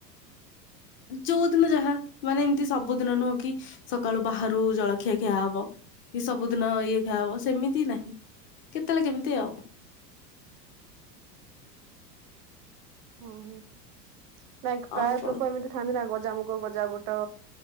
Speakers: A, on the left; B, on the right.
A: ଯୋଉଦିନ ଯାହା ମାନେ ଏମିତି ସବୁଦିନ ନୁହଁ କି? ସକାଳୁ ବାହାରୁ ଜଳଖିଆ ଖିଆ ହବ, କି ସବୁଦିନ ଇଏ ଖିଆହବ ସେମିତି ନାହିଁ। କେତେଳେ କେମ୍ତି ଆଉ।
B: <unintelligible> ପ୍ରାୟ
A: ଆଉ କଣ
B: ଲୋକ ଏମିତି ଖାଆନ୍ତି ନା ଗଜାମୁଗ, ଗଜା ବୁଟ,